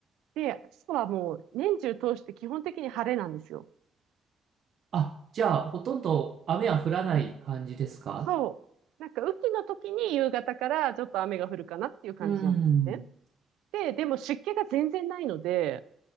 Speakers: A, on the right; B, on the right.
A: で、朝はもう年中通して基本的に晴れなんですよ。
B: あ、じゃあ、ほとんど雨は降らない感じですか
A: うん。そう。なんか雨季の時に夕方からちょっと雨が降るかなっていう感じなんですね。
B: うん。
A: で、でも湿気が全然ないので、